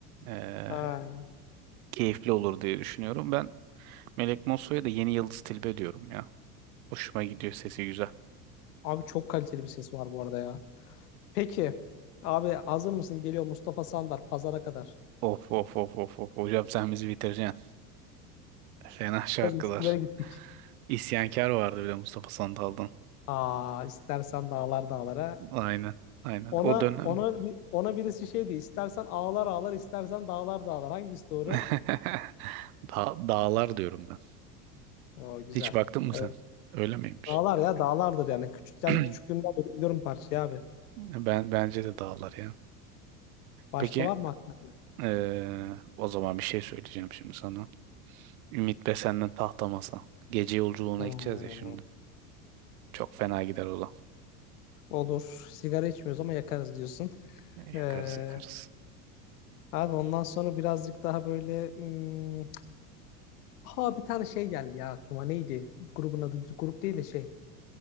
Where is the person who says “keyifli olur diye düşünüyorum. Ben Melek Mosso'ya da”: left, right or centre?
Right